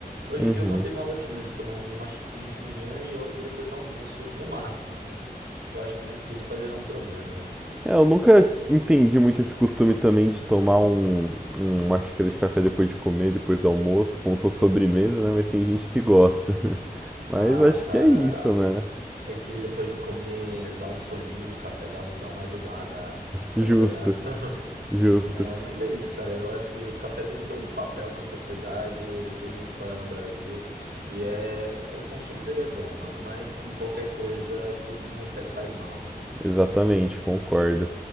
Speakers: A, on the right; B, in the centre.
A: Hoje
B: Uhum.
A: em dia eu mantenho uma rotina de tomar uma xicrinha de manhã e outra depois do almoço, no máximo, assim, porque eu acho que mais que isso pode gerar um problema, né?
B: É, eu nunca entendi muito esse costume também de tomar um, um, uma xícara de café depois de comer, depois do almoço, como se fosse sobremesa, né? Mas tem gente que gosta. <laughs> Mas
A: Ah,
B: acho
A: cara.
B: que é isso, né?
A: É que depois de comer, dá um soninho, o café dá, um, dá uma ajudada a
B: Justo,
A: acordar. <laughs>
B: justo.
A: É, mas é isso, cara. Eu acho que o café tem o seu papel na sociedade, ele tem uma história no Brasil. E é, o consumo dele é bom, mano. Mas como qualquer coisa, tudo em excesso faz mal, né?
B: Exatamente, concordo.